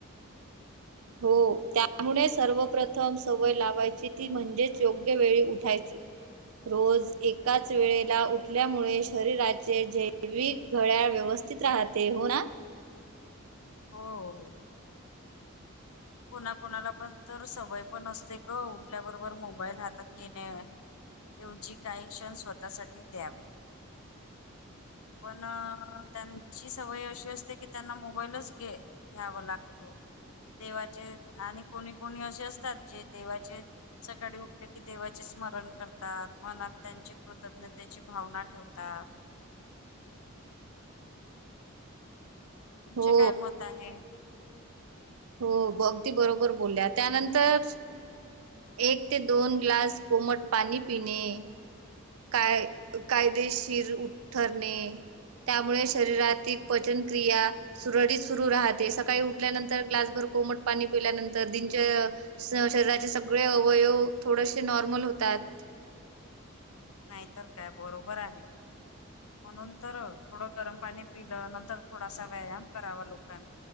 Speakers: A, on the right; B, on the left.
A: हो त्यामुळे सर्वप्रथम सवय लावायची ती म्हणजेच योग्य वेळी उठायची. रोज एकाच वेळेला उठल्यामुळे शरीराचे जैविक गळ्याळ व्यवस्थ. थित राहते हो ना.
B: हो. कोणाकणाला पण तर सवय पण असते ग उठल्याबरोबर मोबाईल हातात घेणे. एवजी काही क्षण स्वतःसाठी द्यावे.
A: <unintelligible>
B: पण त्यांची सवय अशी असते की त्यांना मोबाईलच घे. घ्यावा लागतो. देवाचे आणि कोणी कोणी असे असतात जे देवाचे. सकाळी उठले की देवाचे स्मरण करतात मनात त्यांची कृतज्ञतेची भावना ठेवतात. तुमचे
A: हो
B: काय मत आहे.
A: हो अगदी बरोबर बोलल्या त्यानंतर. एक ते दोन ग्लास कोमट पाणी पिणे काय कायदेशीर उठ ठरणे त्यामुळे शरीरातील पचनक्रिया. सुरळीत सुरू राहते सकाळी उठल्यानंतर ग्लासभर कोमट पाणी पिल्यानंतर दिनच. शरीराचे सगळे अवयव थोडेसे नॉर्मल होतात.
B: नाहीतर काय बरोबर आहे. म्हणून तर थोडं गरम पाणी पिलं नंतर थोडासा व्यायाम करावा लोकांनी..